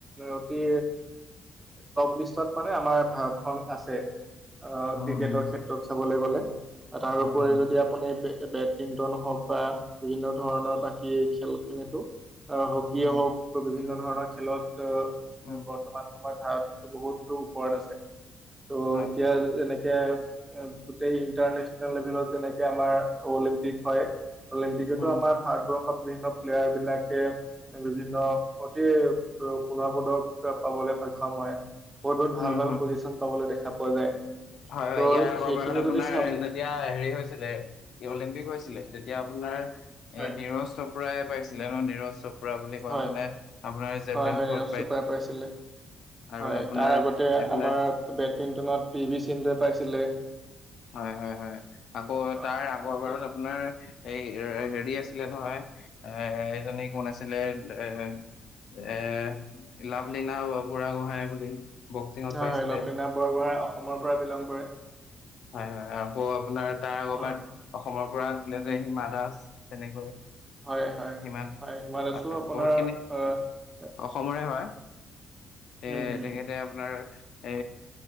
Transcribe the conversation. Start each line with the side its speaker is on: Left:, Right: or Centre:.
Right: অতি। টপ লিষ্টত মানে আমাৰ ভাৰতখন আছে। আহ
Left: উম
Right: ক্ৰিকেটৰ
Left: উম।
Right: ক্ষেত্ৰত চাবলৈ গলে তাৰপৰি
Left: উম, হুম,
Right: যদি আপুনি। বেডমিন্টন হওঁক বা বিভিন্ন ধৰণৰ বাকী খেল খিনিতো। আহ হকিয়
Left: উম,
Right: হওঁক বিভিন্ন ধৰণৰ খেলত
Left: উম,
Right: বৰ্তমান সময়ত ভাৰত। বহুতো ওপৰত আছে ত'
Left: হয়,
Right: এতিয়া
Left: হয়,
Right: যেনেকে। গোটেই ইণ্টাৰনেচনেল লেভেলত যেনেকে আমাৰ অলিম্পিক হয়। অলিম্পিকতো
Left: উম,
Right: আমাৰ ভাৰবৰ্ষ। বিভিন্ন প্লেয়াৰ বিলাকে বিভিন্ন অতি সোণৰ পদক পাব। সক্ষম হয় বহুত বহুত ভাল
Left: উম,
Right: ভাল
Left: হুম।
Right: পজিশন পাবলৈ দেখা পোৱা যায়।
Left: হয় হয়
Right: ত'
Left: ইয়াৰ আগৰবাৰত
Right: সেইখিনি
Left: আপোনাৰ
Right: যদি চাব
Left: যেতিয়া হেৰি হৈছিলে অলিম্পিক হৈছিলে তেতিয়া। আপোনাৰ
Right: হয়
Left: এই নীৰজ চোপ্ৰাই পাইছিলে ন নীৰজ চোপ্ৰা বুলি কোৱা
Right: হয়
Left: জনে আপোনাৰ। জেভলিন
Right: হয় হয়
Left: থ্ৰ'ত
Right: নি ৰফ চোপাই পাইছিলে।
Left: আৰু
Right: হয়
Left: আপোনাৰ
Right: তাৰ আগতে
Left: এইফালে
Right: আমাৰ বেডমিণ্টনত পি ভি সিন্ধুৱে পাইছিলে।
Left: হয় হয় হয় আকৌ
Right: অ,
Left: তাৰ আগৰবাৰত
Right: তাৰপিছত হয়
Left: আপোনাৰ এই হেৰি আছে। ছিলে নহয় এ এইজনী কোন আছিলে এ। এ লাভলীনা হ'ব বুঢ়া গোহই বুলি। বক্সিঙত
Right: হয়
Left: পাইছিলে।
Right: হয় লক্ষীনাথ বৰগোহাই অসমৰ পৰা বিলং কৰে।
Left: হয় হয় আকৌ আপোনাৰ তাৰ আবাত
Right: হয়
Left: অসমৰ। পৰাফালে যে সিমা দাস তেনেকৈ।
Right: হয় হয়
Left: সিমান
Right: হয় হিমাদাসো
Left: হয়
Right: আপোনাৰ
Left: বহুতখিনি
Right: আহ
Left: অসমৰে হয়। তে
Right: উম হম
Left: তেখেতে আপোনাৰ এ